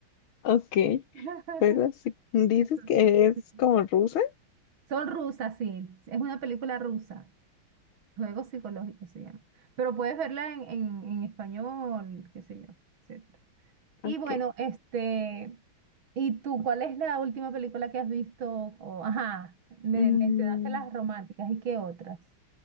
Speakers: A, on the left; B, on the right.
A: ok.
B: <laughs>
A: Juegos. sí. Dices
B: Entonces,
A: que es
B: sí.
A: como rusa.
B: Son rusas, sí. Es una película rusa. Juego psicológico se llama. Pero puedes verla en, en, en español, qué sé yo, etc. Y
A: Ok.
B: bueno, este, ¿y tú cuál es la última película que has visto? O, ajá, me
A: Mm,
B: mencionaste las románticas, ¿y qué otras?